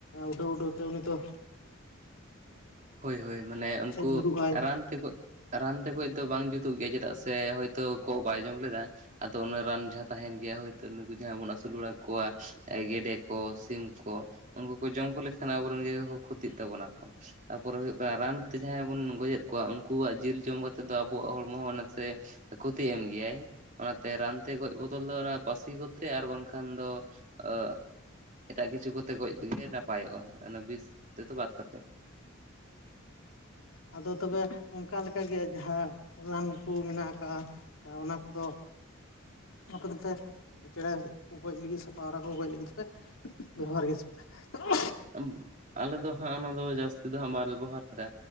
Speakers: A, on the left (about 80°); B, on the right (about 40°).
A: ᱩᱰᱟᱹᱣ ᱩᱰᱟᱹᱣ ᱛᱮ ᱩᱱᱤ ᱫᱚ ᱾
B: ᱦᱳᱭ ᱦᱳᱭ ᱢᱟᱱᱮ ᱩᱱᱠᱩ
A: ᱧᱩᱨᱩᱜᱼᱟᱭ
B: ᱨᱟᱱ ᱛᱮᱠᱚᱼᱼ ᱨᱟᱱ ᱛᱮ ᱜᱚᱡ ᱫᱚ ᱵᱟᱝ ᱡᱩᱛᱩᱜ ᱜᱮᱭᱟ ᱪᱮᱫᱟᱜ ᱥᱮ ᱦᱚᱭᱛᱳ ᱠᱚᱜ ᱵᱟᱭ ᱡᱚᱢ ᱞᱮᱫᱟ ᱾ ᱟᱫᱚ ᱚᱱᱟ ᱨᱟᱱ ᱡᱟᱦᱟᱸ ᱛᱟᱦᱮᱱ ᱜᱮᱭᱟ ᱦᱳᱭᱛᱳ ᱱᱩᱠᱩ ᱡᱟᱦᱟᱸᱭ ᱵᱚᱱ ᱟᱹᱥᱩᱞ ᱵᱟᱲᱟ ᱠᱚᱣᱟ ᱮ ᱜᱮᱰᱮ ᱠᱚ ᱥᱤᱢ ᱠᱚ ᱾ ᱩᱱᱠᱩ ᱠᱚ ᱡᱚᱢ ᱠᱚ ᱞᱮᱠᱷᱟᱱ ᱟᱵᱚᱨᱮᱱ ᱜᱮᱠᱚ ᱠᱷᱚᱛᱤᱜ ᱛᱟᱵᱚᱱᱟ ᱠᱚ ᱾ ᱛᱟᱯᱚᱨᱮ ᱦᱩᱭᱩᱜ ᱠᱟᱱᱟ ᱨᱟᱱ ᱛᱮ ᱡᱟᱦᱟᱸᱭ ᱵᱚᱱ ᱜᱚᱡᱮᱫ ᱠᱚᱣᱟ ᱩᱱᱠᱩᱣᱟᱜ ᱡᱤᱞ ᱡᱚᱢ ᱠᱟᱛᱮᱫ ᱫᱚ ᱟᱵᱚᱣᱟᱜ ᱦᱚᱲᱢᱚ ᱦᱚ ᱱᱟᱥᱮᱼᱼ ᱠᱷᱚᱛᱤ ᱮᱢ ᱜᱮᱭᱟᱭ ᱚᱱᱟᱛᱮ ᱨᱟᱱᱛᱮ ᱜᱚᱡ ᱵᱚᱫᱚᱞ ᱫᱚ ᱚᱱᱟ ᱯᱟᱹᱥᱤ ᱠᱚᱛᱮ ᱟᱨ ᱵᱟᱝᱠᱷᱟᱱ ᱫᱚᱼᱼ <inaudible> ᱮᱴᱟᱜ ᱠᱤᱪᱷᱩ ᱠᱚᱛᱮ ᱜᱚᱡ ᱫᱩᱜᱮ ᱱᱟᱯᱟᱭᱚᱜᱼᱟ ᱚᱱᱟ ᱵᱤᱥ ᱛᱮᱫᱚ ᱵᱟᱫ ᱠᱟᱛᱮᱫ ᱾
A: ᱟᱫᱚ ᱛᱚᱵᱮ ᱚᱱᱠᱟ ᱞᱮᱠᱟᱜᱮ ᱡᱟᱦᱟᱸ ᱞᱟᱱ ᱠᱩ ᱢᱮᱱᱟᱜ ᱠᱟᱜ-ᱟ ᱾ ᱚᱱᱟ ᱠᱚᱫᱚ ᱟᱯᱮ ᱫᱚᱯᱮᱼᱼ ᱪᱮᱬᱮ ᱠᱚ ᱜᱚᱡ ᱞᱟᱹᱜᱤᱫ ᱥᱮ ᱯᱟᱣᱨᱟ ᱠᱚ ᱜᱚᱡ ᱞᱟᱹᱜᱤᱫ ᱛᱮᱯᱮ ᱵᱮᱣᱦᱟᱨ ᱜᱤᱥ <inaudible>
B: <inaudible> ᱟᱞᱮ ᱫᱚ ᱦᱟᱸᱜ ᱚᱱᱟ ᱫᱚ ᱡᱟᱹᱥᱛᱤ ᱫᱚ ᱦᱟᱸᱜ ᱵᱟᱞᱮ ᱵᱮᱵᱚᱦᱟᱨᱫᱟ